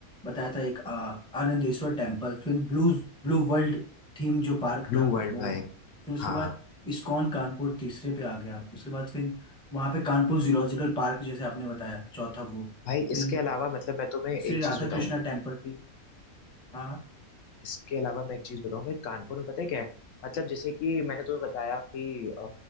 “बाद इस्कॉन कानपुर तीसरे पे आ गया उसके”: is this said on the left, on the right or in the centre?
Centre